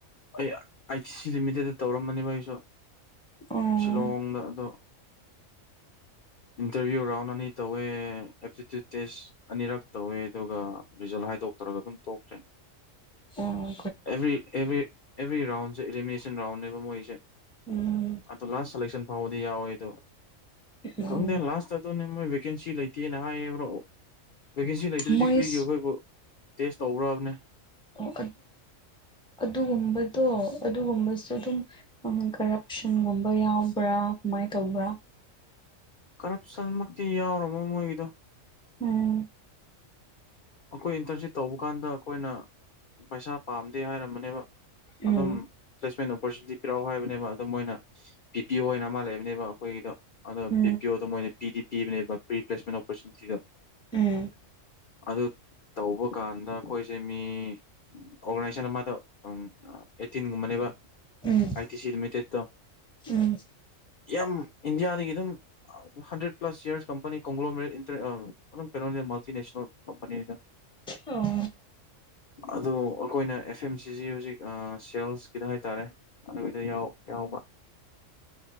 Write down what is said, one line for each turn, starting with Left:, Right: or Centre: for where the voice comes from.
Left: ꯑꯩ ꯑꯥꯏ ꯇꯤ ꯁꯤ ꯂꯤꯃꯤꯇꯦꯠꯇ ꯇꯧꯔꯝꯕꯅꯦꯕ ꯑꯩꯁꯨ
Centre: ꯑꯣ
Left: ꯁꯤꯂꯣꯡꯗ ꯑꯗꯣ ꯏꯟꯇꯔꯚꯤꯌꯨ ꯔꯥꯎꯟ ꯑꯅꯤ ꯇꯧꯋꯦ ꯑꯦꯞꯇꯤꯇ꯭ꯌꯨꯠ ꯇꯦꯁ ꯑꯅꯤꯔꯛ ꯇꯧꯋꯦ ꯑꯗꯨꯒ ꯔꯤꯖꯜ ꯍꯥꯏꯗꯣꯛꯇꯔꯒ ꯑꯗꯨꯝ ꯇꯈ꯭ꯔꯦ
Centre: ꯎꯝ
Left: ꯑꯦꯕ꯭ꯔꯤ ꯑꯦꯕ꯭ꯔꯤ ꯑꯦꯕ꯭ꯔꯤ ꯔꯥꯎꯟꯁꯦ ꯏꯂꯤꯃꯤꯅꯦꯁꯟ ꯔꯥꯎꯟꯅꯦꯕ ꯃꯣꯏꯁꯦ
Centre: ꯎꯝ
Left: ꯑꯗꯣ ꯂꯥꯁ ꯁꯦꯂꯦꯛꯁꯟ ꯐꯥꯎꯕꯗꯤ ꯌꯥꯎꯋꯦ ꯑꯗꯣ
Centre: ꯎꯝ
Left: ꯈꯪꯗꯦ ꯂꯥꯁꯇ ꯅꯦ ꯃꯣꯏ ꯚꯦꯀꯦꯟꯁꯤ ꯂꯩꯇꯦꯅ ꯍꯥꯏꯌꯦꯕ꯭ꯔꯣ ꯚꯦꯀꯦꯟꯁꯤ ꯂꯩꯇ꯭ꯔꯗꯤ
Centre: ꯃꯣꯏꯁ
Left: ꯀꯔꯤꯒꯤ ꯑꯩꯈꯣꯏꯕꯨ ꯇꯦꯁ ꯇꯧꯈ꯭ꯔꯕꯅꯦ
Centre: ꯑꯣ ꯑꯗꯨꯒꯨꯝꯕꯗꯣ ꯑꯗꯨꯒꯨꯝꯕꯁꯨ ꯑꯗꯨꯝ ꯀꯔꯞꯁꯟꯒꯨꯝꯕ ꯌꯥꯎꯕ꯭ꯔꯥ ꯀꯃꯥꯏꯅ ꯇꯧꯕ꯭ꯔꯥ
Left: ꯀꯔꯞꯁꯟꯃꯛꯇꯤ ꯌꯥꯎꯔꯃꯣꯏ ꯃꯣꯏꯒꯤꯗꯣ
Centre: ꯎꯝ
Left: ꯑꯩꯈꯣꯏ ꯏꯟꯇꯔꯟꯁꯤꯞ ꯇꯧꯕ ꯀꯥꯟꯗ ꯑꯩꯈꯣꯏꯅ ꯄꯩꯁꯥ ꯄꯥꯝꯗꯦ ꯍꯥꯏꯔꯝꯕꯅꯦꯕ
Centre: ꯎꯝ
Left: ꯑꯗꯨꯝ ꯄ꯭ꯂꯦꯁꯃꯦꯟ ꯑꯣꯄꯣꯔꯆꯨꯅꯤꯇꯤ ꯄꯤꯔꯛꯎ ꯍꯥꯏꯕꯅꯦꯕ ꯑꯗꯨꯝ ꯃꯣꯏꯅ ꯕꯤ ꯄꯤ ꯑꯣꯅ ꯑꯃ ꯂꯩꯕꯅꯦꯕ ꯑꯩꯈꯣꯏꯒꯤꯗꯣ ꯑꯗꯣ
Centre: ꯎꯝ
Left: ꯕꯤ ꯄꯤ ꯑꯣꯗ ꯃꯣꯏꯅ ꯄꯤꯗꯤ ꯄꯤꯕꯅꯦꯕ ꯄ꯭ꯔꯤꯄ꯭ꯂꯦꯁꯃꯦꯟ ꯑꯣꯄꯣꯔꯆꯨꯅꯤꯇꯤꯗꯣ
Centre: ꯎꯝ
Left: ꯑꯗꯨ ꯇꯧꯕ ꯀꯥꯟꯗ ꯑꯩꯈꯣꯏꯁꯦ ꯃꯤ ꯑꯣꯔꯒꯅꯥꯏꯖꯦꯁꯟ ꯑꯃꯗ ꯑꯩꯠꯇꯤꯟꯒꯨꯝꯕꯅꯦꯕ
Centre: ꯎꯝ
Left: ꯑꯥꯏ ꯇꯤ ꯁꯤ ꯂꯤꯃꯤꯇꯦꯠ ꯣ
Centre: ꯎꯝ
Left: ꯌꯥꯝ ꯏꯟꯗꯤꯌꯥꯗꯒꯤ ꯑꯗꯨꯝ ꯍꯟꯗ꯭ꯔꯦꯠ ꯄ꯭ꯂꯁ ꯌꯌꯥꯔꯁ ꯀꯝꯄꯅꯤ ꯩꯅꯣ ꯃꯜꯇꯤꯅꯦꯁ ꯀꯅꯤ
Centre: ꯑꯣ
Left: ꯑꯗꯣ ꯑꯩꯈꯣꯏꯅ ꯑꯦꯐ ꯑꯦꯝ ꯁꯤꯁꯤ ꯍꯧꯖꯤꯛ ꯁꯦꯜꯁꯀꯤꯗ ꯍꯥꯏꯇꯥꯔꯦ ꯑꯗꯨꯗ ꯌꯥꯎ ꯌꯥꯎꯕ